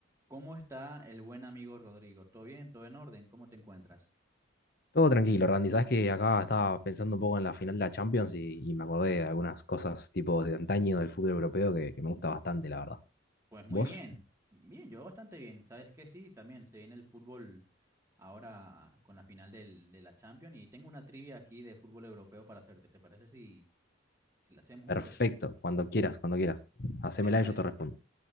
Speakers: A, on the right; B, on the left.
A: ¿Cómo está el buen amigo Rodrigo? ¿Todo bien? ¿Todo en orden? ¿Cómo te encuentras?
B: Todo tranquilo, Randy. Sabes que acá estaba pensando un poco en la final de la Champions y, y me acordé de algunas cosas tipo de antaño del fútbol europeo que, que me gusta bastante, la verdad.
A: Pues muy
B: ¿Vos?
A: bien, bien, yo bastante bien. ¿Sabes qué? Sí, también se viene el fútbol ahora con la final del- de la Champions y tengo una trivia aquí de fútbol europeo para hacerte. ¿Te parece si, si la hacemos
B: Perfecto.
A: juntos?
B: Cuando quieras, cuando quieras. Hacémela
A: De una,
B: y yo
A: de
B: te
A: una.
B: respondo.